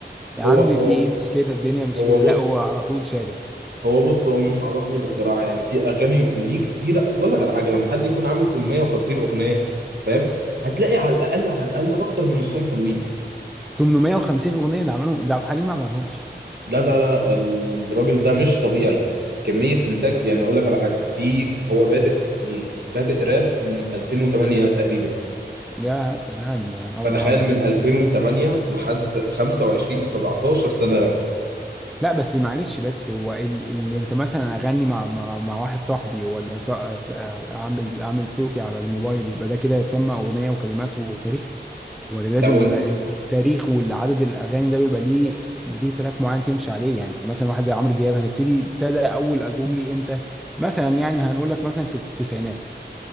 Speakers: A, in the centre; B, on the right.
A: يا
B: هو
A: عم
B: هو
A: في ايه مش كده الدنيا مش
B: هو
A: كده
B: بص
A: لا هو على طول شارب
B: هو بص هو مش على طول الصراحه يعني في اغاني ليه كتيره اصل اقول لك على حاجه لما حد يكون عامل 850 اغنيه فاهم هتلاقي على الاقل على الاقل اكتر من نصهم حلوين
A: 850 اغنيه ده عملهم ده عبد الحليم ما عملهمش
B: لا لا لا الراجل ده مش طبيعي كميه انتاج يعني اقول لك على حاجه في هو بادئ بادئ راب من 2008 تقريبا
A: يا سلام ده انا اول
B: فتخيل
A: مره
B: من
A: أعرف
B: 2008
A: ده.
B: لحد 25 17 سنه راب
A: لا بس معلش بس هو ان, إن انت مثلا اغني مع مع, مع واحد صاحبي ولا ص- ص- اعمل اعمل صوتي على الموبايل يبقى ده كده يتسمى اغنيه وكلمات وتاريخ ولا لازم
B: لو
A: يبقى
B: إن...
A: ال- التاريخ والعدد الاغاني ده بيبقى ليه ليه تراك معين تمشي عليه يعني مثلا واحد زي عمرو دياب هنبتدي ابتدى اول البوم ليه امتى مثلا يعني هنقول لك مثلا في التسعينات